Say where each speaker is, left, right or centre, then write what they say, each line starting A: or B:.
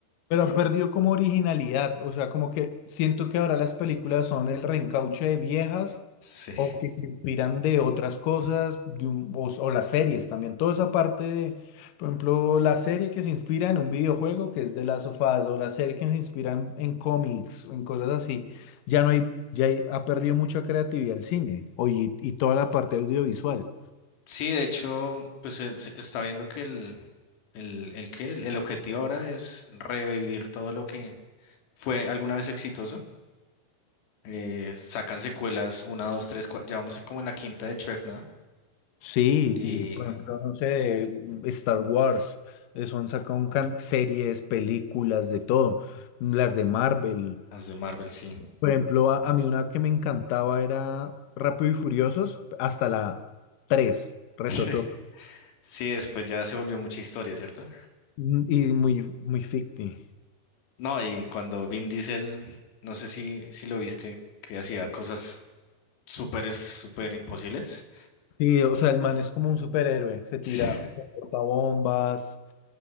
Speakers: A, on the left (about 65°); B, on the left (about 85°).
A: pero perdió como originalidad, o sea, como que siento que ahora las películas son el reencauche de viejas
B: Sí.
A: o que se inspiran de otras cosas, de un- o, o las series también, toda esa parte de, por ejemplo, la serie que se inspira en un videojuego que es de las sofás o la serie que se inspira en, en cómics o en cosas así, ya no hay, ya hay- ha perdido mucha creatividad el cine o y y toda la parte audiovisual.
B: Sí, de hecho, pues se, se está viendo que el, el, el que el, el objetivo ahora es revivir todo lo que fue alguna vez exitoso. Eh, sacan secuelas, una, dos, tres, cua- ya vamos como en la quinta de Shrek, ¿no?
A: Sí,
B: Y
A: y por ejemplo, no sé, Star Wars, eso han sacado un can- series, películas, de todo, las de Marvel.
B: las de Marvel, sí.
A: Por ejemplo, a, a mí una que me encantaba era Rápido y Furiosos, hasta la tres Reto
B: <laughs>
A: Tokio,
B: Sí, después ya se volvió mucha historia, ¿cierto?
A: mm, y muy, muy ficti.
B: No, y cuando Vin Diesel, no sé si, si lo viste, que hacía cosas súper, súper imposibles.
A: Sí, o sea, el man es como un superhéroe, se tira,
B: Sí,
A: porta bombas,